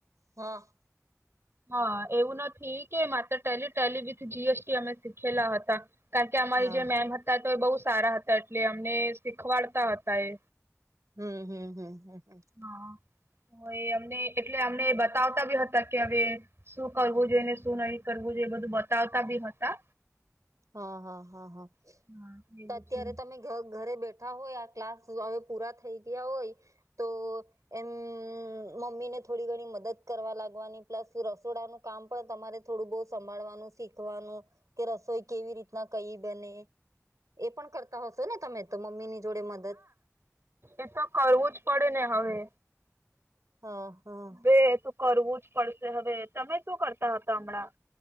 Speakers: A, on the right (about 85°); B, on the right (about 50°).
A: હા.
B: હા, એવું નથી કે માત્ર Tally, Tally with G S T અમે શીખેલા હતા. કારણકે અમારી
A: હા
B: જે મેમ હતા તો એ બહુ સારા હતા, એટલે અમને શીખવાડતા હતા એ.
A: હમ્મ, હમ્મ, હમ્મ
B: હા, તો એ અમને એટલે અમને બતાવતા બી હતા કે હવે શું કરવું જોઈએ ને શું નહી કરવું જોઈએ, એ બધું બતાવતા બી હતા.
A: હા હા હા હા,
B: હા એવું
A: તો અત્યારે
B: છે.
A: તમે ઘરે બેઠા હોય, આ ક્લાસ હવે પૂરા થઈ ગયા હોય તો એમ મમ્મીને થોડી ઘણી મદદ કરવા લાગવાની પ્લસ રસોડાનું કામ પણ તમારે થોડું બહુ સંભાળવાનું શીખવાનું કે રસોઈ કેવી રીતના કઈ બને, એ પણ કરતા હશો ને તમે તો મમ્મી ની જોડે મદદ?
B: એતો કરવું જ પડે ને હવે,
A: હા હા
B: બે કરવુંજ પડશે હવે, તમે શું કરતા હતા હમણાં?